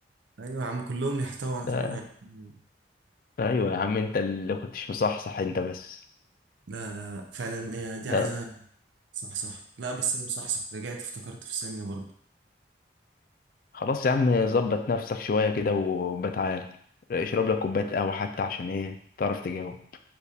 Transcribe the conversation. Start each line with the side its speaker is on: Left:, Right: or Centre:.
Right: ايوه يا عم كلهم يحتوي على
Left: ده
Right: 28 يوم
Left: أيوه يا عم أنت اللي كنتش مصحصح أنت بس
Right: لا لا لا فعلا دي
Left: لا
Right: عايزه صح صح لا بس انا مصحصح رجعت افتكرت في ثانيه برضه
Left: خلاص يا عم ظبط نفسك شوية كده وبتعالى اشرب لك كوباية قهوة حتى عشان إيه تعرف تجاوب